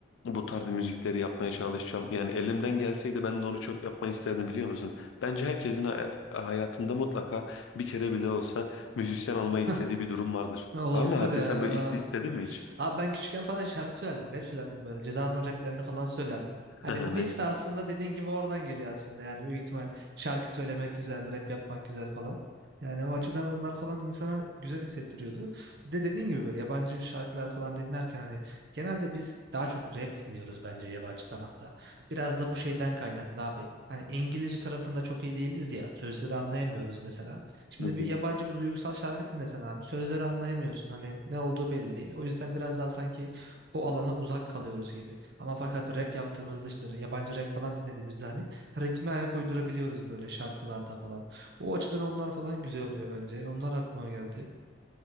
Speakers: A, on the left; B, on the right.
A: bu tarz müzikleri yapmaya çalışacağım. Yani elimden gelseydi ben de onu çok yapmayı isterdim biliyor musun? Bence herkesin ha- hayatında mutlaka bir kere bile olsa müzisyen olmayı
B: <laughs>
A: istediği bir durum vardır.
B: Ha, Olabilir
A: Var mı? Hatta
B: ya.
A: sen
B: ya.
A: böyle is- istedin mi hiç?
B: Abi ben küçükken falan şarkı söylerdim, rap söylerdim böyle. Ceza'nın raplerini falan söylerdim.
A: <laughs>
B: Hani bu
A: Ne
B: his
A: güzel.
B: de aslında dediğin gibi oradan geliyor aslında. Yani büyük ihtimal şarkı söylemek güzel, rap yapmak güzel falan. Yani o açıdan onlar falan insana güzel hissettiriyordu. Bir de dediğin gibi böyle yabancı şarkılar falan dinlerken hani genelde biz daha çok rap dinliyoruz bence yabancı tarafta. Biraz da bu şeyden kaynaklı abi. Hani İngilizce tarafında çok iyi değiliz ya. Sözleri anlayamıyoruz mesela. Şimdi
A: Hı
B: bir
A: hı.
B: yabancı bir duygusal şarkı dinlesen abi sözleri anlayamıyorsun. Hani ne olduğu belli değil. O yüzden biraz daha sanki o alana uzak kalıyoruz gibi. Ama fakat rap yaptığımızda işte yabancı rap falan dinlediğimizde hani ritme ayak uydurabiliyoruz böyle şarkılarda falan. O açıdan onlar falan güzel oluyor bence. Onlar aklıma geldi.